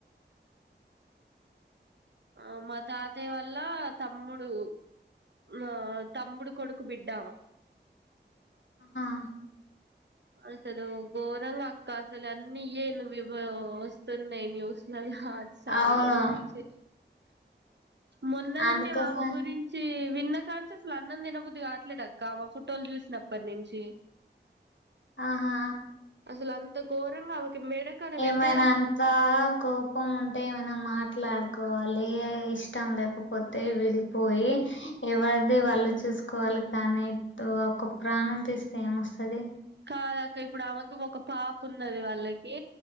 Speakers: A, on the right; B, on the left.
A: ఆ మా తాతయ్య వల్ల తమ్ముడు ఆ తమ్ముడు కొడుకు బిడ్డ ఆమా
B: ఆహా
A: అసలు ఘోరంగా అక్క అసలు అన్ని ఇయ్యే వస్తున్నాయి న్యూస్లల్లా హా చావుల
B: అవును
A: గురించి మొన్ననే
B: అందుకోసం
A: మేం ఆమే గురించి ఇన్న కాంచీ అసలు అన్నం తినబుద్ధి కావట్లేదు అక్కాఆమ ఫోటోలు చూసినప్పటి నుంచి
B: ఆహా
A: అసలు అంత ఘోరంగా ఆమెకి మెడ కాడ పెట్టారు
B: ఏమైనా అంతా కోపం ఉంటే ఏమై మాట్లాడుకోవాలి ఇష్టం లేకపోతే విడిపోయి ఎవరి అదే వాళ్ళు చూసుకోవాలి కానీ ఒక ప్రాణం తీస్తే ఏమొస్తుంది
A: కాదాక ఇప్పుడు ఆమకు ఒక పాప్ ఉన్నది వాళ్ళకి